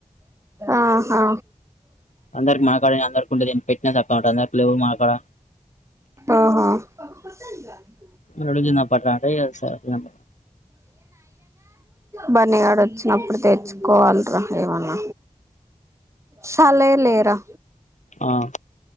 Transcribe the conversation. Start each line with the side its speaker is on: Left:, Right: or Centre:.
Right: ఆహా
Left: అందర్కి మాకాడ అందర్కుంటది పెట్టిన చక్క ఉంటది అందరి లే మకాడ
Right: ఓహో <unintelligible>
Left: పునుగులు తిందాం పట్టు అంటే వచ్చినం
Right: బన్నిగాడు వచ్చినప్పుడు తెచ్చుకోవాల్ <unintelligible> లేవన్న సాలే లేరా
Left: ఆహ్